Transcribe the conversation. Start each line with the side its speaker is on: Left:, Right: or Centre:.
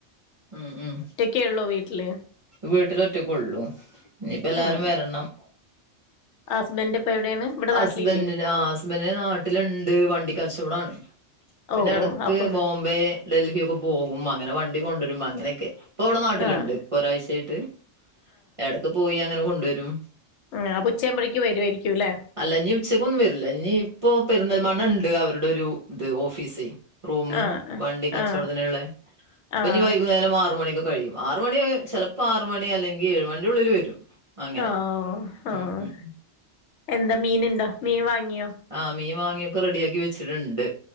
Right: ഉം ഉം
Left: കേളോ വീട്ടില്.
Right: വീട്ടില ഒറ്റ കൊള്ളു ഇനിയിപ്പല്ലാരും
Left: ആഹ്
Right: വരണം.
Left: ഹസ്ബൻഡ് ഇപ്പ എവിടെയാണ്. ഇവിടെ
Right: ഹസ്ബൻഡ
Left: നാട്ടിലില്ലേ
Right: ആഹ് ഹസ്ബൻഡന്റെ നാട്ടിലുണ്ട് വണ്ടിക്കച്ചവടാണ്. പിന്നെ
Left: ഓഹ്
Right: എടക്ക്
Left: ഓഹ് അപ്പൊ
Right: ബോംബെ ഡൽഹി ഒക്കെ പോകും അങ്ങനെ വണ്ടി കൊണ്ടുവരുമ്പോ അങ്ങനെയൊക്കെ. ഇപ്പൊ ഇവ്ടെ നാട്ടിലുണ്ട്.
Left: ആഹ്
Right: ഇപ്പൊ ഒരാഴ്ചായിട്ട് എടക്ക് പോയി അങ്ങനെ കൊണ്ട് വരും.
Left: ആ ആ ഉച്ചേവുമ്പഴക്ക് വരുവായിരിക്കും അല്ലേ?
Right: അല്ല ഇഞ് ഉച്ചക്കൊന്നും വെരില്ല. ന്ഞ് ഇപ്പൊ പെരുന്തൽമണ്ണണ്ട് അവരുടെ ഒരു ഇത് ഓഫീസ്. റൂം
Left: ആഹ്
Right: വണ്ടി കച്ചവടത്തിന്ള്ള
Left: ആഹ്
Right: ഇപ്പൊ
Left: ആഹ്
Right: ഇനി വൈകുന്നേരം ആറ മണിക്കൊ കഴിയും ആറ മണി ചിലപ്പോ ആറ മണി അല്ലെങ്കിൽ ഏഴു മണിന്റുള്ളിൽ വരും. അങ്ങനെ
Left: ആഹ്
Right: ഉം
Left: ആഹ്
Right: ഉം.
Left: എന്താ മീൻ ഇണ്ടോ മീൻ വാങ്ങിയോ?
Right: ആഹ് മീൻ വാങ്ങിയൊക്കെ റെഡി ആക്കി വെച്ചിട്ടുണ്ട്.